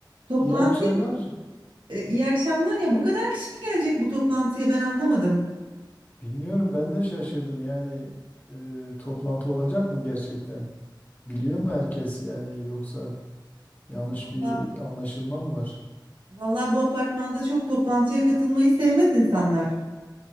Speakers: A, on the right; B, on the left.
A: Toplantıya
B: İyi akşamlar.
A: e, iyi akşamlar ya bu kadar kişi mi gelecek bu toplantıya ben anlamadım.
B: Bilmiyorum ben de şaşırdım. Yani e, toplantı olacak mı gerçekten? Biliyor mu herkes yani yoksa yanlış
A: Valla
B: bir anlaşılma mı var?
A: valla bu apartmanda çok toplantıya katılmayı sevmez insanlar.